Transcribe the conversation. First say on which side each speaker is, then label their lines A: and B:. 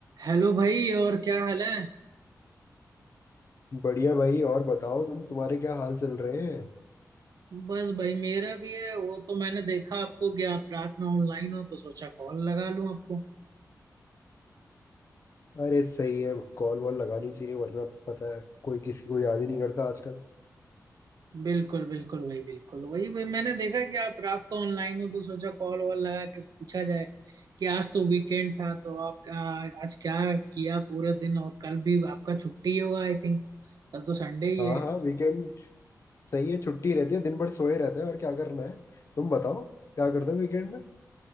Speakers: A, on the right (about 70°); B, on the left (about 45°).
A: Hello भाई और क्या हाल है
B: बढ़िया भाई और बताओ तुम तुम्हारे क्या हाल चल रहे हैं
A: बस भाई मेरा भी है वो तो मैंने देखा आपको कि आप रात में ऑनलाइन हो तो सोचा कॉल लगा लूं आपको
B: अरे सही है कॉल वॉल लगानी चाहिए वरना पता है कोई किसी को याद ही नहीं करता आजकल
A: बिल्कुल बिल्कुल भाई बिल्कुल वही भाई मैंने देखा कि आप रात को ऑनलाइन हो तो सोचा कॉल वॉल लगा के पूछा जाए कि आज तो वीकेंड था तो आप आ- आज क्या किया पूरा दिन और कल भी आपका छुट्टी ही होगा आई थिंक कल तो संडे ही
B: हाँ
A: है
B: हाँ वीकेंड सही है छुट्टी रहती है दिन भर सोए रहते हैं और क्या करना है तुम बताओ क्या करते हो वीकेंड में